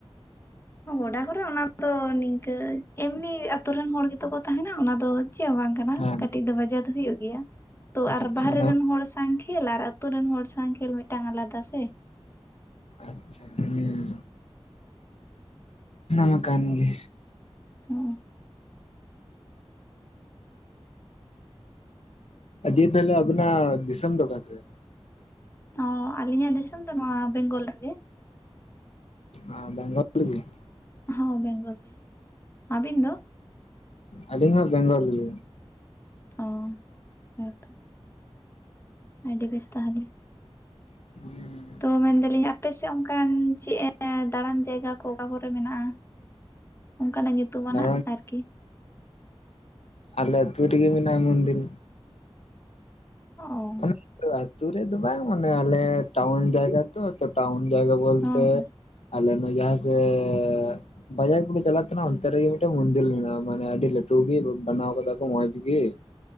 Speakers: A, on the left; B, on the left.
A: ᱜᱚᱰᱟ ᱠᱚᱨᱮ ᱚᱱᱟ ᱫᱚ ᱱᱤᱝᱠᱟᱹ ᱮᱢᱱᱤ ᱟᱛᱩ ᱨᱮᱱ ᱦᱚᱲ ᱜᱮᱛᱚ ᱠᱚ ᱛᱟᱦᱮᱱᱟ ᱚᱱᱟ ᱫᱚ ᱪᱮᱫ ᱦᱚᱸ ᱵᱟᱝ ᱠᱟᱱᱟ
B: ᱦᱮᱸ
A: ᱠᱟᱹᱴᱤᱡ ᱫᱚ ᱵᱟᱡᱟᱣ ᱫᱚ ᱦᱩᱭᱩᱜ ᱜᱮᱭᱟ ᱛᱚ, ᱟᱨ
B: ᱟᱪᱪᱷᱟ
A: ᱵᱟᱦᱨᱮ
B: ᱚᱱᱟ
A: ᱨᱮᱱ ᱦᱚᱲ ᱥᱟ ᱥᱟᱝ ᱠᱷᱮᱞ ᱟᱨ ᱟᱹᱛᱩ ᱨᱮᱱ ᱦᱚᱲ ᱥᱟᱝ ᱠᱷᱮᱞ ᱢᱤᱫᱴᱟᱝ ᱟᱞᱟᱫᱟ ᱥᱮ᱾
B: ᱟᱪᱪᱷᱟ ᱦᱢ ᱚᱱᱟᱢᱟ ᱠᱟᱱ ᱜᱮ᱾
A: ᱦᱩᱸ
B: ᱫᱤᱭᱮ ᱛᱟᱦᱚᱞᱮ ᱟᱵᱤᱱᱟᱜ ᱫᱤᱥᱚᱢ ᱫᱚ ᱚᱠᱟ ᱥᱮᱫ?
A: ᱚ ᱟᱹᱞᱤᱧᱟᱜ ᱫᱤᱥᱚᱢ ᱫᱚ ᱱᱚᱣᱟ ᱵᱮᱝᱜᱚᱞ ᱨᱮᱜᱮ?
B: ᱟᱸ ᱵᱮᱝᱜᱚᱞ ᱨᱮᱜᱮ ᱾
A: ᱦᱚᱸ ᱵᱮᱝᱜᱚᱞ ᱜᱮ, ᱟᱵᱤᱱ ᱫᱚ?
B: ᱟᱹᱞᱤᱧ ᱦᱚᱸ ᱵᱮᱝᱜᱚᱞ ᱨᱮᱜᱮ᱾
A: ᱚ ᱦᱮᱸ ᱛᱚ᱾ ᱟᱹᱰᱤ ᱵᱮᱥ ᱛᱟᱦᱚᱞᱮ᱾
B: <unintelligible>
A: ᱛᱚ ᱢᱮᱱᱫᱟᱞᱤᱧ ᱟᱯᱮ ᱥᱮᱫ ᱚᱱᱠᱟᱱ ᱪᱮᱫ ᱫᱟᱬᱟᱱ ᱡᱟᱭᱜᱟ ᱠᱚ ᱚᱠᱟ ᱠᱚᱨᱮ ᱢᱮᱱᱟᱜᱼᱟ? ᱚᱱᱠᱟᱱᱟᱜ ᱧᱩᱛᱩᱢᱟᱱᱟᱜ
B: ᱫᱟᱬᱟᱱ
A: ᱟᱨᱠᱤ᱾
B: ᱟᱞᱮ ᱟᱛᱩ ᱨᱮᱜᱮ ᱢᱮᱱᱟᱜ-ᱟ ᱢᱩᱱᱫᱤᱨ᱾
A: ᱚ᱾ ᱦᱚᱸ
B: ᱚᱱᱟ ᱫᱚ ᱟᱛᱩ ᱨᱮᱫᱚ ᱵᱟᱝ ᱢᱟᱱᱮ ᱟᱞᱮ ᱴᱟᱣᱩᱱ ᱡᱟᱭᱜᱟ ᱟᱛᱚ ᱛᱚ ᱴᱟᱣᱩᱱ ᱡᱟᱭᱜᱟ ᱵᱚᱞᱛᱮ
A: ᱦᱚᱸ
B: ᱟᱞᱮ ᱱᱚ ᱡᱟᱦᱟᱥᱮᱫ ᱵᱟᱡᱟᱨ ᱠᱚᱞᱮ ᱪᱟᱞᱟᱜ ᱛᱟᱦᱮᱱᱟ ᱚᱱᱛᱮ ᱨᱮᱜᱮ ᱢᱤᱫᱴᱮᱱ ᱢᱚᱱᱫᱤᱞ ᱢᱮᱱᱟᱜ-ᱟ᱾ ᱢᱟᱱᱮ ᱟᱰᱤ ᱟᱰᱤ ᱞᱟᱴᱩ ᱜᱮ ᱵᱟ-ᱵᱟᱱᱟᱣ ᱠᱟᱫᱟ ᱠᱚ ᱢᱚᱸᱡᱽ ᱜᱮ᱾